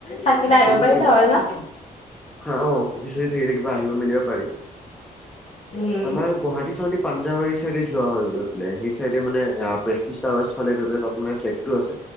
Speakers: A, on the left; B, in the centre.
A: থাকিলে আহিব
B: কোনো
A: পাৰিবা
B: চিন
A: হয় ন?
B: হা অ সুখী চুখী থাকিলে কিবা আহিব মেলিব পাৰি।
A: উম।
B: আমাৰ গুৱাহাটী চুৱাহাটী পাঞ্জাবাৰী চাইডে যোৱা হয় গৈ পেলাই সেই চাইডে মানে আ প্ৰেচটিচ টাৱাৰচ ফালে গৈ পেলাই তাত মানে ফ্লেটটো আছে।